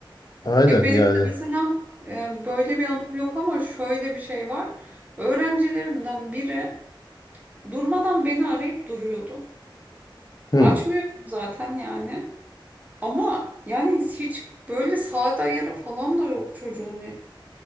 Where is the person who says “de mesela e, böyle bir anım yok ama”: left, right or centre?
Right